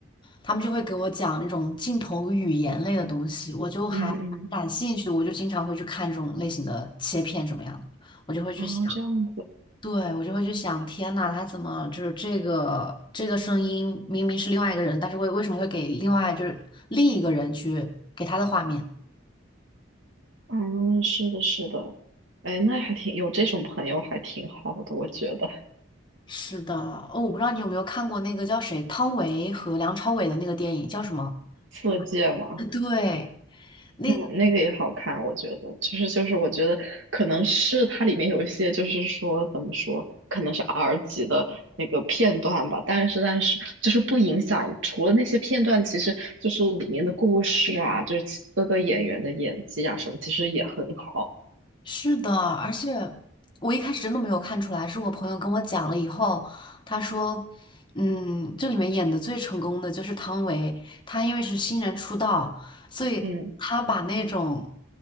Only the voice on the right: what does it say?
嗯嗯，
啊、这样子，
嗯是的是的，哎那还挺有这种朋友还挺好的，我觉得
色戒
<laughs> 嘛。
那个也好看，我觉得就是就是，我觉得可能是它里面有一些就是说怎么说，可能是 R 级的那个片段吧，但是但是就是不影响，除了那些片段，其实就是里面的故事啊，就是其各个演员的演技啊什么，其实也很好。
嗯